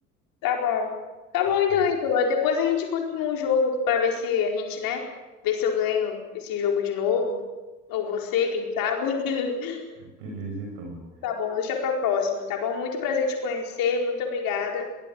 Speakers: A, on the left (about 50°); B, on the right (about 60°).
A: tá bom. Tá bom, então,
B: Bom.
A: Ítalo. Depois a gente continua o jogo pra ver se a gente, né? Ver se eu ganho esse jogo de novo. Ou você, quem sabe. <laughs>
B: Beleza, então.
A: Tá bom, deixa pra próxima, tá bom? Muito prazer te conhecer, muito obrigada.